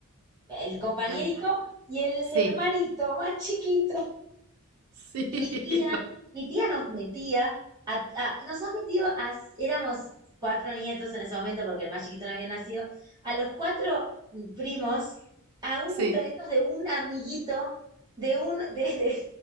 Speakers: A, on the right (about 20°); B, on the right (about 75°).
A: el compañerito
B: Al-
A: y el
B: Sí,
A: hermanito más chiquito
B: sí,
A: y
B: <laughs>
A: mi tía,
B: lo-
A: mi tía nos metía, a- a- nos ha metido a, éramos cuatro nietos en ese momento porque el más chiquito no había nacido, a los cuatro primos, a un
B: sí,
A: cumpleaños de un amiguito, de un, de, de,